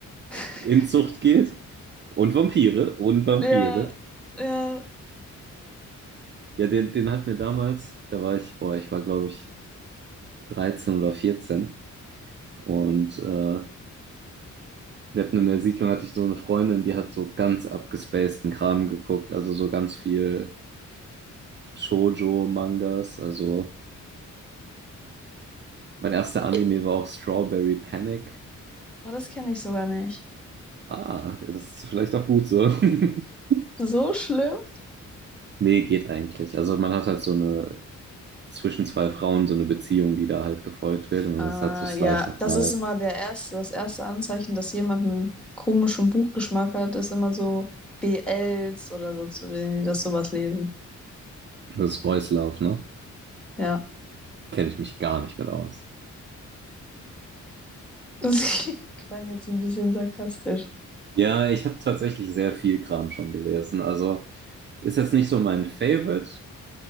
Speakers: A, in the centre; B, on the right.
A: <laughs>
B: Inzucht geht. Und Vampire. Und Vampire.
A: ja, ja.
B: Ja, den, den hat mir damals, da war ich, boah, ich war glaube ich 13 oder 14. Und äh, wir hatten in der Siedlung, hatte ich so eine Freundin, die hat so ganz abgespaceden Kram geguckt. Also so ganz viel Shoujo-Mangas. Also mein erster Anime war auch Strawberry Panic.
A: Boah, das kenne ich sogar nicht.
B: Ah, das ist vielleicht auch gut so. <laughs>
A: So schlimm?
B: Nee, geht eigentlich. Also man hat halt so eine zwischen zwei Frauen so eine Beziehung, die da halt gefolgt wird. Und
A: Äh,
B: das ist halt so Slice
A: ja,
B: of
A: das
B: Life.
A: ist immer der erste, das erste Anzeichen, dass jemand einen komischen Buchgeschmack hat, ist immer so BLs oder so, zu- wenn die das sowas lesen.
B: Das ist Boys Love, ne?
A: Ja,
B: Kenne ich mich gar nicht mit aus.
A: <laughs> das klang jetzt ein bisschen sarkastisch.
B: Ja, ich habe tatsächlich sehr viel Kram schon gelesen. Also ist jetzt nicht so mein Favorite,